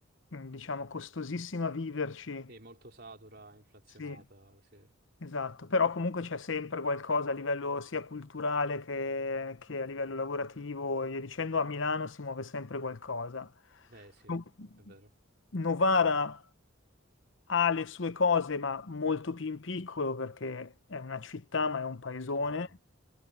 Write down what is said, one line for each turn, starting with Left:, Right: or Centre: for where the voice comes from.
Left: mm, diciamo, costosissima viverci.
Right: Sì, molto satura, inflazionata,
Left: Sì.
Right: sì.
Left: Esatto, però comunque c'è sempre qualcosa a livello sia culturale che, che a livello lavorativo, e via dicendo, a Milano si muove sempre qualcosa.
Right: Beh, sì, è
Left: No-
Right: vero,
Left: Novara ha le sue cose, ma molto più in piccolo perché è una città, ma è un paesone.
Right: certo,